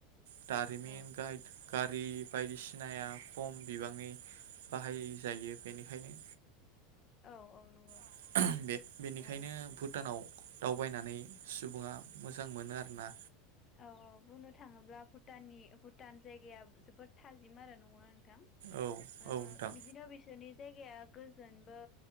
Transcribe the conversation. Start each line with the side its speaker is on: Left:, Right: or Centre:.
Right: दारिमिन
Left: औ
Right: गाइद, गारि बायदिसिनाया खम बिबांनि बाहाय जायो बेनिखायनो,
Left: औ औ नंगौ,
Right: <inaudible> बे बेनिखायनो
Left: ओ
Right: भुटानाव दावबायनानै सुबुङा मोजां मोनो आरोना,
Left: औ औ बुंनो थाङोब्ला भुटाननि भुटान जायगाया जोबोद थाजिम आरो नंगौना, नोंथां
Right: औ
Left: ओ
Right: औ नोंथां
Left: बिदिनो बिसोरनि जायगाया गोजोनबो,